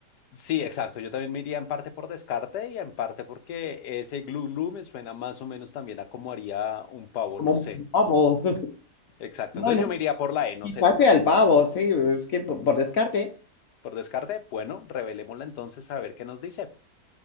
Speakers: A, on the left; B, on the left.
A: Sí, exacto. Yo también me iría en parte por descarte y en parte porque ese glu glu me suena más o menos también a como haría un pavo,
B: como
A: no sé.
B: un pavo. <laughs>
A: Exacto.
B: Bueno,
A: Entonces yo me iría por la E, no
B: quizás
A: sé tú.
B: sea el pavo, sí, es que por, por descarte,
A: Por descarte, bueno, revelémosla entonces a ver qué nos dice.